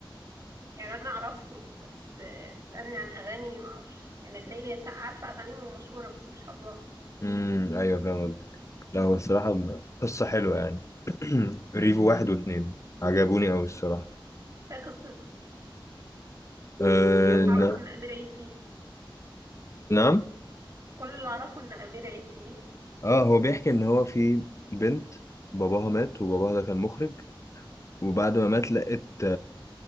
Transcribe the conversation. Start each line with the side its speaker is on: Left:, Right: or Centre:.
Right: يعني انا اعرفهم بس آه، تسالني عن اغاني ما اعرفش يعني تلاقيني سا- عارفه اغانيهم مشهوره بس مش حافظاها
Left: امم ايوه فاهم قصدك لا هو الصراحة م- قصة حلوة يعني <clears throat> ريفو واحد واتنين عجبوني قوي الصراحة
Right: ايه قصته
Left: أه...
Right: كل اللي
Left: ن-
Right: اعرفه ان امير عيد فيه
Left: نعم
Right: كل اللي اعرفه ان امير عيد فيه
Left: اه هو بيحكي ان هو في بنت باباها مات وباباها ده كان مخرج وبعد ما مات لقت